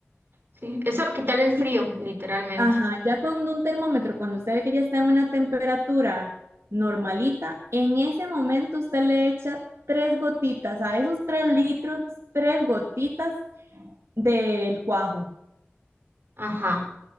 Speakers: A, on the right; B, on the right.
A: Sí. Eso lo quita el frío,
B: Y,
A: literalmente.
B: ajá, ya con un termómetro, cuando usted ve que ya está en una temperatura normalita, en ese momento usted le echa tres gotitas, a esos tres litros, tres gotitas del cuajo.
A: Ajá.